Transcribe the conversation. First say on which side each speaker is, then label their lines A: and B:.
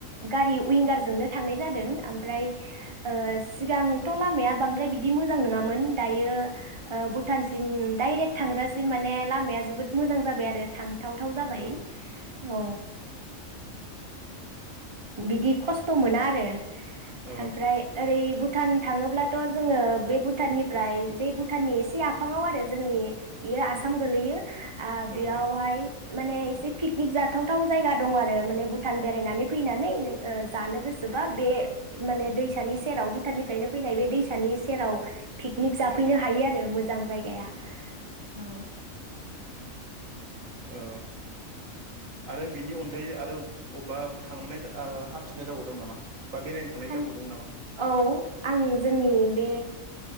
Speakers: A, on the right (about 20°); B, on the right (about 70°).
A: गारि उइयंगारजोंनो थांनाय जादों ओमफ्राय ओ सिगांथ लामाया बां ओमफ्राय बिदि मोजां नङामोन दायो। ओ
B: औ
A: भुटानसिम डाइरेक्ट थांजासिम माने लामाया जोबोद मोजां जाबाय आरो थां थाव थाव जाबाय
B: औ
A: औ बिदि खस- थ मोना आरो
B: औ
A: ओमफ्राय ओरै बुथ भुटान थाङोब्लाथ जोङो बे भुटाननिफ्राय जे भुटाननि सि आफाङाव आरो जोंनि बेयो आसाम गोलैयो आ
B: ओं
A: बेयावहाय माने एसे पिकनिक जाथावथाव जायगा गा दं आरो माने भुटान बेरायनानै फैनानै ओ जानो गोसोबा बे माने दैसानि सेराव भुटाननिफ्रायनो फैनाय बे दैसानि सेराव पिकनिक जाफैनो
B: औ
A: हायो आरो मोजां जायगाया
B: ओं
A: औ
B: अ आरो बिनि अनगायै आरो अबा थांनाय हान्थिनाय जाबावदों नामा बा बेरायनो थांनाय
A: हान
B: जाबावदोंमोन नामा?
A: औ आं जोंनि बे